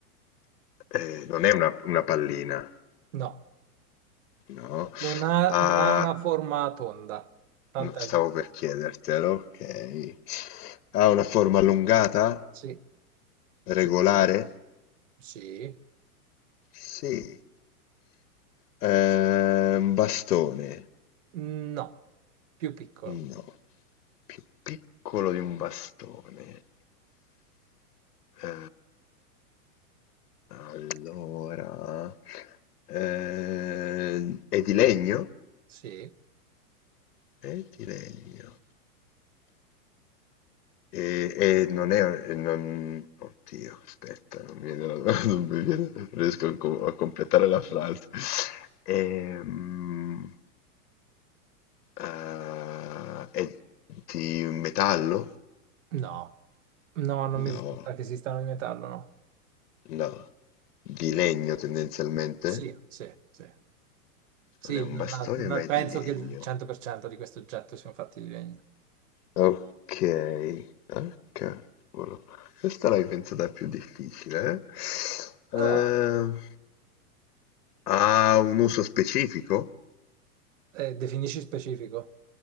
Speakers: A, on the left (about 85°); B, on the right (about 55°).
A: Eh, non è una, una pallina.
B: No,
A: No.
B: non ha,
A: Ha
B: non ha una forma tonda. Tanto
A: n- stavo
B: aiuto.
A: per chiedertelo, ok. Ha una forma allungata?
B: Sì,
A: Regolare?
B: sì.
A: Sì. Eh, un bastone?
B: No, più piccolo.
A: No. Più piccolo di un bastone. Eh, allora... eh, è di legno?
B: Sì,
A: È di legno. E, e non è, e non, oddio, aspetta, non mi viene, <laughs> non mi viene- non riesco a, co- a completare la frase. Ehm, eh, è di metallo?
B: no. No, non
A: No,
B: mi risulta che esistano in metallo, no.
A: no, di legno tendenzialmente.
B: Sì, sì, sì. Sì,
A: Non è un
B: la-
A: bastone,
B: la-
A: ma è
B: penso
A: di legno.
B: che il 100% di questi oggetti siano fatti di legno.
A: Ok, ah, cavolo. Questa l'hai pensata più difficile, eh?
B: Ah,
A: Ehm, ha un uso specifico?
B: eh, definisci specifico.